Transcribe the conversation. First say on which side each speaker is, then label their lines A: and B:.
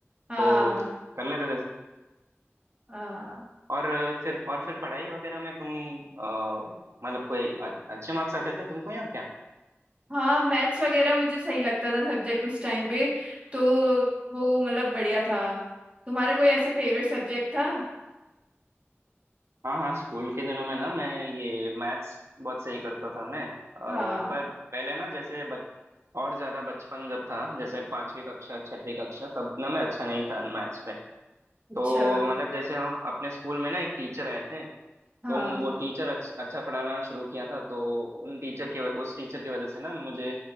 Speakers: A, on the right; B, on the right.
A: हाँ
B: तो कर लेते थे
A: हाँ
B: और फिर और फिर पढ़ाई वगैरह में तुम अ, मतलब कोई अ- अच्छे मार्क्स आते थे तुमको या क्या
A: हाँ मैथ्स वगैरह मुझे सही लगता था सब्जेक्ट उस टाइम पे तो वो मतलब बढ़िया था तुम्हारा कोई ऐसा फेवरेट सब्जेक्ट था
B: हाँ हाँ स्कूल के दिनों में ना मैं ये मैथ्स बहुत सही करता था मैं अ, पर
A: हाँ
B: पहले ना जैसे बच, और ज्यादा बचपन जब था जैसे पांचवी कक्षा छठवीं कक्षा तब ना मैं अच्छा नहीं था मैथ्स पे
A: अच्छा
B: तो मतलब जैसे हम अपने स्कूल में ना एक टीचर आए थे तो
A: हाँ
B: उन वो टीचर अच्छ, अच्छा पढ़ाना शुरू किया था तो उन टीचर की वज- उस टीचर की वजह से ना मुझे